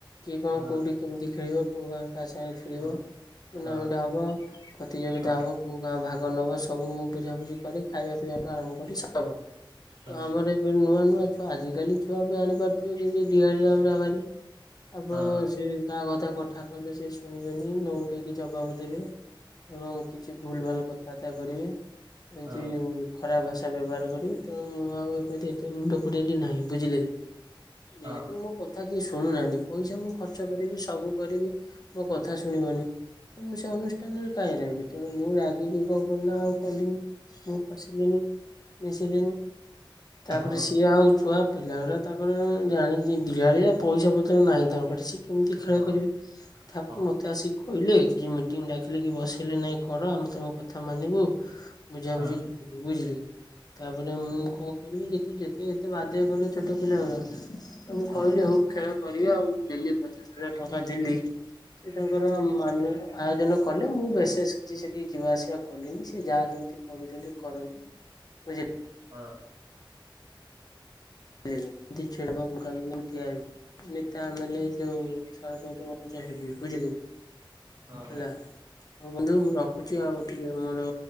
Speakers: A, on the left; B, on the right.
A: କିଏ କଣ
B: ହଁ
A: କୋଉଠି କେମିତି ଖେଳିବ କୋଉ ଗାଁ କାହା ସାଙ୍ଗରେ ଖେଳିବ
B: ହଁ
A: ଟୁର୍ନାମେଣ୍ଟ
B: ହଁ
A: ହେବ ପ୍ରତିଯୋଗିତା
B: ହଁ
A: ହେବ କଉ ଗାଁ ଭାଗ ନବ ସବୁ ମୁଁ ବୁଝାବୁଝି କରେ ଖାଇବା ପିଇବାଠୁ ଆରମ୍ଭ କରି ସବୁ ତ
B: ହଁ
A: ଆମର ଏବେ ନୂଆ ନୂଆ ଛୁଆ ଆଜିକାଲି ଛୁଆ ବି ଜାଣି ପାରୁଥିବେ ଯେ କି ଡିହାଳିଆ ଗୁରା ଭାରି। ଆପଣ
B: ହଁ
A: ସେ କାହା କଥା କଥା କହିଲେ ସେ ଶୁଣିବେନି ନ ଉଠେଇକି ଜବାବ ଦେବେ ଏବଂ କିଛି ଭୁଲ ଭାଲ କଥାବାର୍ତ୍ତା କରିବେ ଏମିତି
B: ହଁ
A: ଖରାପ ଭାଷା ବ୍ୟବହାର କରିବେ ତେଣ ମୁଁ ଆଉ ଏମିତି ଏତେ ମୁଣ୍ଡ ପୁରେଇଲି ନାହିଁ। ବୁଝିଲେ? ଯେହେତୁ
B: ହଁ
A: ମୋ କଥା କିଏ ଶୁ ଶୁଣୁନାହାନ୍ତି ପଇସା ମୁଁ ଖର୍ଚ୍ଚ କରିବି ସବୁ କରିବି ମୋ କଥା ଶୁଣିବନି। ତ ମୁଁ ସେ ଅନୁଷ୍ଠାନରେ କାହିଁ ରହିବି ତେଣୁ ମୁଁ ରାଗିକି କଣ କଲିନା ଆଉ କଲି ମୁଁ ପଶିଲିନି ମିଶିଲିନି ତାପରେ
B: ହଁ ହଁ
A: ସିଏ ଆଉ ଛୁଆ ପିଲା ଗୁଡ଼ା ତାଙ୍କର ଜାଣିଛି ଧିଆଳିଆ। ପଇସା ପତ୍ର ନାହିଁ ତାଙ୍କ ପାଖରେ ସେ କେମିତି ଖେଳ
B: ହଁ
A: କରିବେ? ତା
B: ହଁ ହଁ
A: ମତେ ଆସିକି କହିଲେ ଇ ଯଉ ମିଟିଙ୍ଗ ଡାକିଲେ କି ବସେଇଲେ ନାଇଁ କର ଆମେ ତମ କଥା ମାନିବୁ। ବୁଝାବୁଝି
B: ହଁ
A: କରିବୁ ବୁଝିଲେ ତାପରେ ମୁଁ କଣ କରିବି ଯେତେ ଯେତେ ଏତେ ବାଧ୍ୟ କଲ ଛୋଟ ପିଲା ଗୁରା ଆଉ ମୁଁ
B: ହଁ
A: କହିଲି ହଉ ଖେଳ କରିବା ଆଉ ଦେଲି ପଚାଶ ହଜାର ଟଙ୍କା ଦେଲି ସେ ତାଙ୍କର ମାନ ଆୟୋଜନ କଲେ ମୁଁ ବେଶେଷ କିଛି ସେଠି ଯିବା ଆସିବା କଲିନି ସେ ଯାହା ଯେମ ତି କରୁଛନ୍ତି କରନ୍ତୁ ବୁଝି
B: ହଁ।
A: ଏ ଯଉ ଯେ ଛିଡ଼ା ହବ ମୁଖା ପିନ୍ଧି ଠିଆ ହେବି ନେତା ମାନେ ଯୋଉ ସରପଞ୍ଚ ପଞ୍ଚ ହେବି ବୁଝିଲେ ହେଲା
B: ହଁ ହଁ
A: ହଉ ବନ୍ଧୁ ମୁଁ ରଖୁଛି ଆଉ ଟିକେ ମୋର